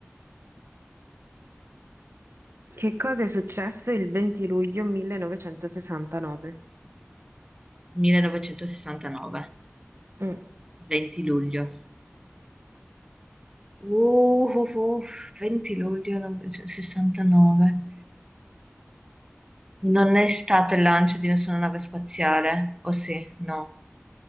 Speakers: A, on the right; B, on the right.
A: che cosa è successo il 20 luglio 1969?
B: 1969,
A: Mm,
B: 20 luglio. Uh, uh, uh, 20 luglio 1969. Non è stato il lancio di nessuna nave spaziale, o sì? No.